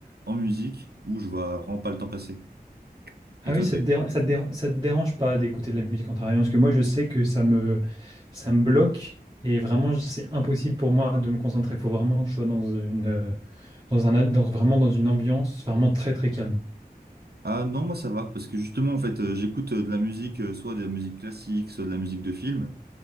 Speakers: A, on the right; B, on the right.
A: en musique où je vois vraiment pas le temps passer.
B: Ah
A: Et toi,
B: oui, ça
A: t'es...
B: te dérange, ça te déra- ça te dérange pas d'écouter de la musique en travaillant? Parce que moi, je sais que ça me, ça me bloque et vraiment, c'est impossible pour moi de me concentrer. Il faut vraiment que je sois dans une, euh, dans un, a- dans, vraiment dans une ambiance vraiment très, très calme.
A: Ah non, moi ça va, parce que justement, en fait, euh, j'écoute euh, de la musique, euh, soit de la musique classique, soit de la musique de film.